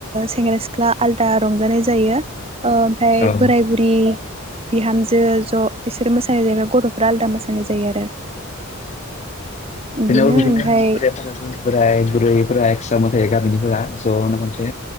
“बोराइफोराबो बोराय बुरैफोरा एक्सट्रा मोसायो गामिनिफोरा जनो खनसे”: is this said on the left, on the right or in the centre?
Left